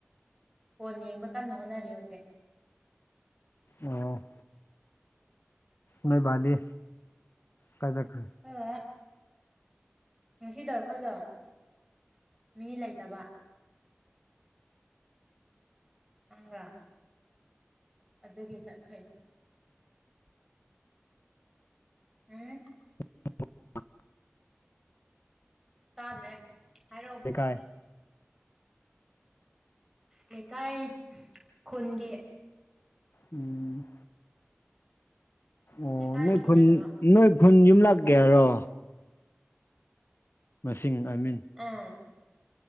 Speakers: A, in the centre; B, on the left (about 60°).
A: ꯐꯣꯟ ꯌꯦꯡꯕ ꯀꯟꯅ ꯍꯣꯠꯅꯔꯤ ꯍꯧꯖꯤꯛ
B: ꯑꯣ ꯅꯣꯏ ꯕꯥ ꯗꯤ ꯀꯥꯏ ꯆꯠꯈꯔꯦ꯫
A: <unintelligible> ꯉꯁꯤꯗ ꯑꯩꯈꯣꯏꯗꯣ ꯃꯤ ꯂꯩꯇꯕ ꯅꯪꯔꯥ ꯑꯗꯨꯒꯤ ꯆꯠꯈ꯭ꯔꯦ꯫ ꯎꯝ
B: <inaudible>
A: ꯇꯥꯗ꯭ꯔꯦ ꯍꯥꯏꯔꯛꯑꯣ ꯑꯃꯨꯛꯀ
B: ꯂꯩꯀꯥꯏ
A: ꯂꯩꯀꯥꯏ ꯈꯨꯟꯒꯤ
B: ꯎꯝ ꯑꯣ
A: ꯂꯩꯀꯥꯏꯗꯒꯤ
B: ꯅꯣꯏ ꯈꯨꯟ
A: ꯅꯠꯇꯕ
B: ꯅꯣꯏ ꯈꯨꯟ ꯌꯨꯝ ꯂꯥꯛꯀꯦ ꯍꯥꯏꯔꯣ? ꯃꯁꯤꯡ ꯑꯥꯏ ꯃꯤꯟꯠ
A: ꯑꯥ